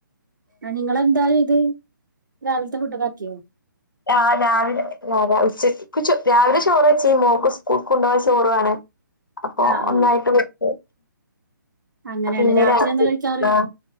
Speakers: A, on the right (about 65°); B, on the left (about 75°).
A: ആഹ് നിങ്ങെളെന്താ ഇത്? രാവിൽത്തെ ഫുഡൊക്കാക്ക്യൊ?
B: ആഹ് രാവിലെ രാ രാ ഉച്ചക്ക് ചോ രാവിലെ ചോറ് വെച്ചീൻ മോക്ക് സ്കൂൾക്കുണ്ടോവാൻ ചോറ് വാണെ അപ്പൊ
A: ആ
B: ഒന്നായിട്ട്
A: ആ
B: വെക്കും
A: അങ്ങനെയാണ്
B: അപ്പിന്ന് രാത്രി
A: എന്താ കഴിക്കാറ്
B: ആഹ്